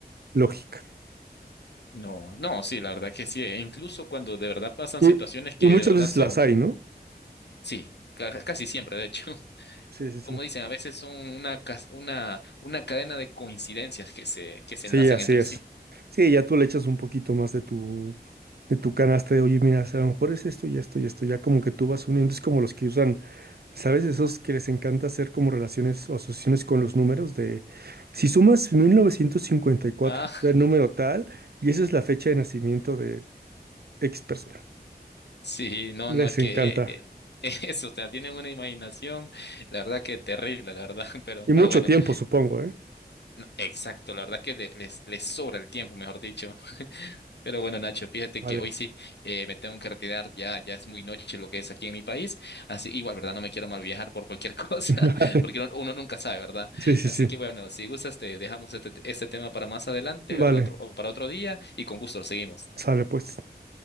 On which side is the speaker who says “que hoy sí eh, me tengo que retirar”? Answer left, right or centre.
Left